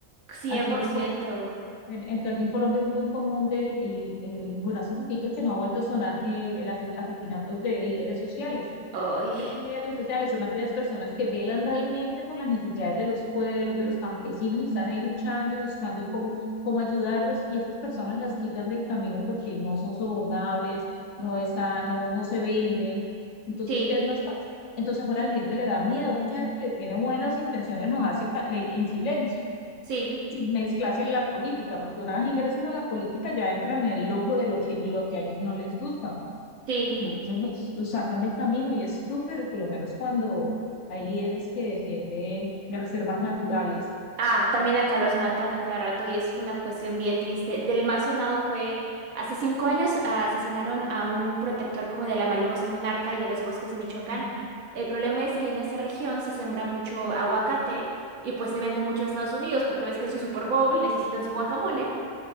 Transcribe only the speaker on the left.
Aquí,
en, en- aquí en Colombia es muy común del, el, el- bueno, hace poquito que no ha vuelto a sonar eh, el ase- asesinatos de líderes sociales.
Estos líderes sociales son aquellas personas que velan realmente por las necesidades de los pueblos, de los campesinos, y están ahí luchando y buscando cómo, cómo ayudarlos y esas personas las quitan del camino porque no son sobornables, no están, no, no se venden. Entonces,
¿qué es más fácil? Entonces ahora a la gente le da miedo, mucha gente que tiene buenas intenciones los hace ca- le- en silencio,
sin mezclarse en la política, porque una vez ingresan a la política ya entran en el ojo de lo que, lo que a ellos no les gusta.
Entonces los, los sacan del camino y es súper, por lo menos cuando hay líderes que defienden las reservas naturales.
Ujú.